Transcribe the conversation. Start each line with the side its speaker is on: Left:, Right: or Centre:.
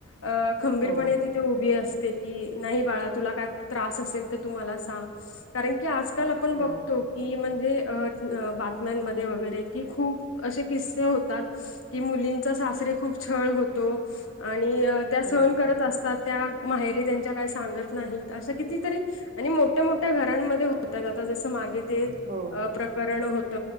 Left: अ खंबीरपणे
Right: हो
Left: ती ते उभी असते की नाही बाळा तुला काय त्रास असेल तर तू मला सांग कारण की आज काल आपण
Right: हो
Left: बघतो की म्हणजे अ बातम्यांमध्ये वगैरे की खूप असे किस्से होतात. की मुलींचा सासरी खूप छळ होतो, आणि त्या सहन
Right: हम्म
Left: करत असतात. पण त्या माहेरी त्यांच्या काय सांगत नाही, अशा कतीतरी आणि मोठ्या मोठ्या घरामध्ये त्यात आता जसं मागे ते
Right: हो
Left: अ प्रकरण होत